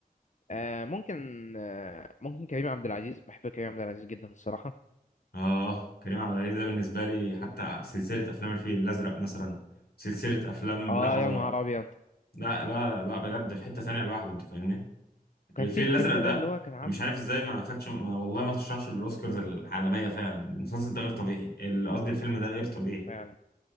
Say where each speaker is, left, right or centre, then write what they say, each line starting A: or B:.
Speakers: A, on the left (about 50°); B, on the left (about 85°).
A: آه ممكن آه ممكن كريم عبد العزيز بحب كريم عبد العزيز جدا الصراحة
B: اه كريم عبد العزيز ده بالنسبه لي حتى سلسله افلام الفيل الازرق مثلا سلسله افلام
A: اه
B: لا هو
A: يا نهار أبيض
B: لا لا لا بجد في حته ثانيه لوحده انت فاهمني الفيل
A: كان في الفيلم
B: الازرق ده
A: ده اللي هو كان عامله
B: أنا مش عارف ازاي ما خدش ما والله ما ترشحش للاوسكارز العالميه فعلا المسلسل ده غير طبيعي ال- قصدي الفيلم ده غير طبيعي
A: فعلا